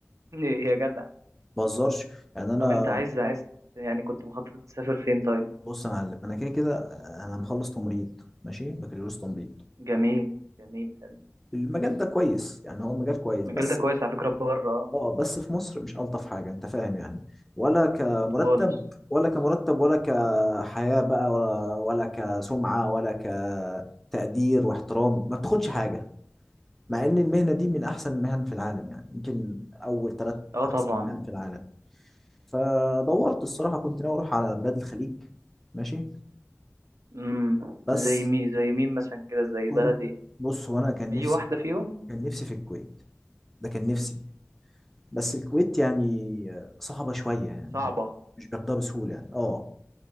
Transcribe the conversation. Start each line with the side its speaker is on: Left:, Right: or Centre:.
Right: <laughs> يا جدع
Centre: ما بهزرش يعني انا
Right: طب انت عايز عايز يعني كنت مخطط تسافر فين طيب
Centre: بص يا معلم انا كده كده انا مخلص تمريض ماشي بكالوريوس تمريض
Right: جميل جميل حلو
Centre: المجال ده كويس يعني هو مجال كويس
Right: المجال
Centre: بس
Right: ده كويس على فكرة بره آه،
Centre: اه بس في مصر مش ألطف حاجة انت فاهم يعني ولا كمرتب
Right: خالص
Centre: ولا كمرتب ولا كحياة بقى ولا ولا كسمعة ولا كتقدير واحترام ما بتاخدش حاجة مع ان المهنة دي من احسن المهن في العالم يعني يمكن اول ثلاث
Right: اه
Centre: احسن
Right: طبعا
Centre: مهن في العالم فدورت الصراحة كنت ناوي اروح على بلاد الخليج ماشي
Right: امم
Centre: بس
Right: زي مين زي مين مثلا كده زي
Centre: كنت
Right: بلد ايه
Centre: بص هو انا كان
Right: اي
Centre: نفسي
Right: واحدة فيهم
Centre: كان نفسي في الكويت ده كان نفسي بس الكويت يعني صعبة شوية يعني
Right: صعبة
Centre: مش مش بياخدها بسهولة يعني اه